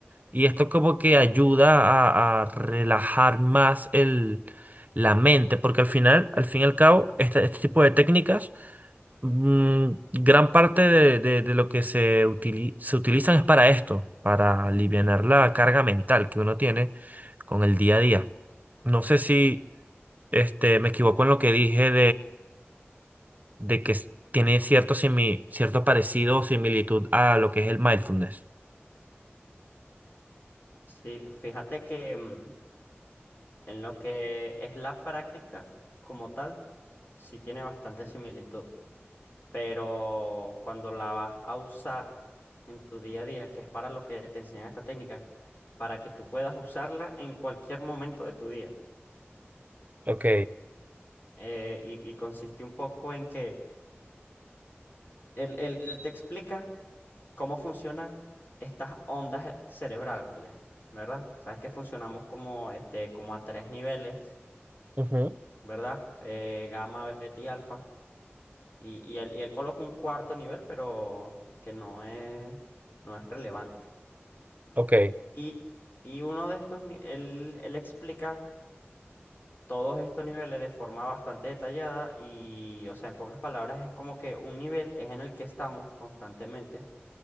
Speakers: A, on the right (about 40°); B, on the left (about 50°).
A: Y esto como que ayuda a, a relajar más el, la mente, porque al final, al fin y al cabo, este, este tipo de técnicas, mm, gran parte de, de- de lo que se, utili- se utilizan es para esto, para alivianar la carga mental que uno tiene con el día a día. No sé si este, me equivoco en lo que dije de que s- tiene cierto, simi- cierto parecido o similitud a lo que es el mindfulness.
B: Sí, fíjate que... mm, En lo que es la práctica como tal, sí tiene bastante similitud, pero cuando la vas a usar en tu día a día, que es para lo que te enseñan esta técnica, para que tú puedas usarla en cualquier momento de tu día.
A: Ok,
B: eh, y, y consiste un poco en que él, él te explica cómo funcionan estas ondas cerebrales, ¿verdad? Sabes que funcionamos como, este, como a tres niveles,
A: ujú,
B: ¿verdad? Eh, gamma, beta y alfa. Y, y él, y él coloca un cuarto nivel, pero que no es, no es relevante.
A: ok,
B: Y, y uno de estos, ni- él, él explica todos estos niveles de forma bastante detallada y, o sea, en pocas palabras, es como que un nivel es en el que estamos constantemente